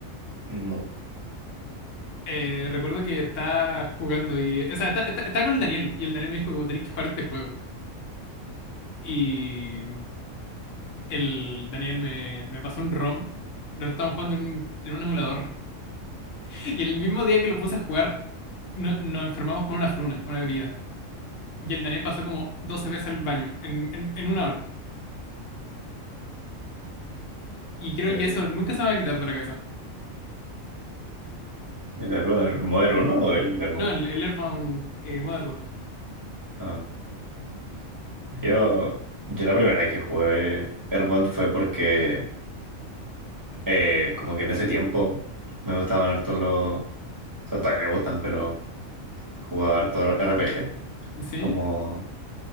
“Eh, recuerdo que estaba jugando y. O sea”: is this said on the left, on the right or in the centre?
Left